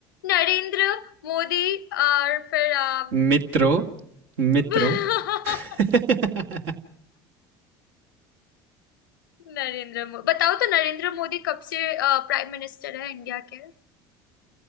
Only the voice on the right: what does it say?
मित्रों
मित्रों <laughs>